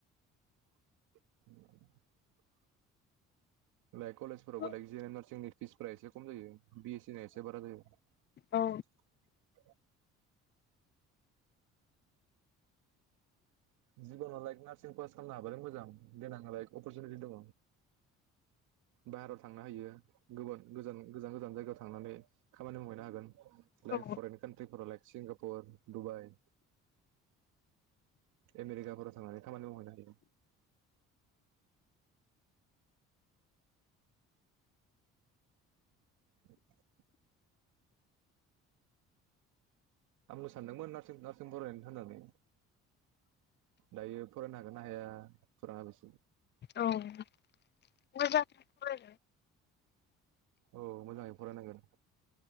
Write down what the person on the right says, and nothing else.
<unintelligible> लाइक कलेजफोरावबो
लाक जिएन एम नार्सिंनि फिसफोरा एसे खम जायो बिएस सि नि एसे बारा जायो।
जिबनाव लाइक नार्सिं पास खालामनो हाबालाय मोजां देनां लाइक अपरसुनिटि दङ बाहेरायाव थांनो हायो गुबुन गोजान गोजान जायगायाव थांनानै खामानि मावहैनो हागोन। लाइक
फरेन कान्ट्रिफोराव लाइक सिंगापुर दुबाइ- आमेरिकाफोराव थांनानै खामानि मावहैनो हायो। <unintelligible> आंनो सानदोंमोन नार्सिं फरायनो होननानै दायो फरायनो हागोन ना हाया खौरांङा बेसो
औ मोजाङै फरायनांगोन